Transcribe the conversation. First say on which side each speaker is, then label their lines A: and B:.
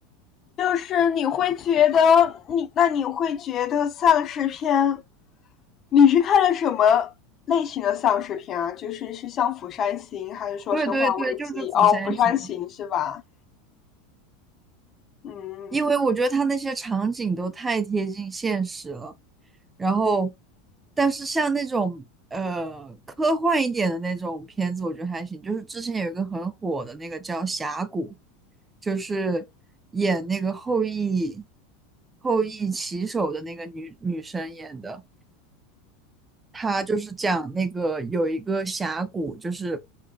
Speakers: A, on the left; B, on the right.
A: 就是你会觉得你，那你会觉得丧尸片，你是看了什么类型的丧尸片啊？就是是像《釜山行》，还是说《生化危机》？
B: 对对对，就是《釜山行》，
A: 哦，《釜山行》是吧？嗯，
B: 因为我觉得它那些场景都太贴近现实了。然后，但是像那种呃科幻一点的那种片子，我觉得还行。就是之前有一个很火的那个叫《峡谷》，就是演那个后羿后羿骑手的那个女女生演的。他就是讲那个有一个峡谷，就是